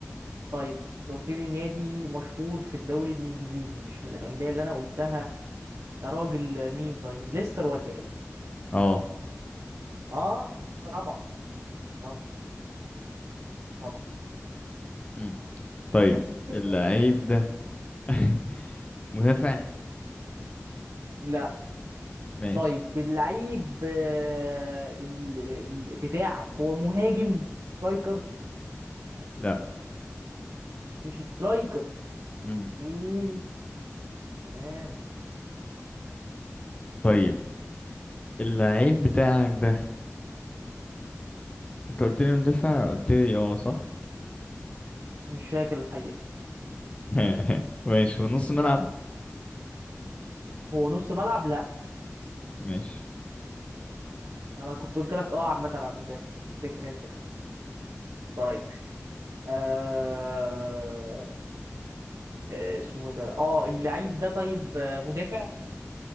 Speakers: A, on the right (about 90°); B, on the left (about 25°).
A: طيب أنت قلت لي نادي مشهور في الدوري الإنجليزي مش من الأندية اللي أنا قلتها يا راجل مين طيب ليستر ولا إيه؟
B: اه
A: آه طبعا طبعا طبعا
B: مم. طيب
A: <laughs>
B: اللعيب ده <laughs> مدافع
A: لا
B: ماشي
A: طيب اللعيب آه، ال- ال- بتاعك هو مهاجم سترايكر
B: لا
A: مش سترايكر
B: مم.
A: ايه تمام
B: طيب اللعيب بتاعك ده انت قلت لي مدافع قلت لي اه صح
A: مش فاكر الحقيقة
B: <laughs> ماشي في نص ملعب
A: هو نص ملعب لا
B: ماشي
A: انا كنت قلت لك اه عامة عن المدافع فاكر انت طيب آه... آه، اسمه إيه ده اه اللعيب ده طيب آه، مدافع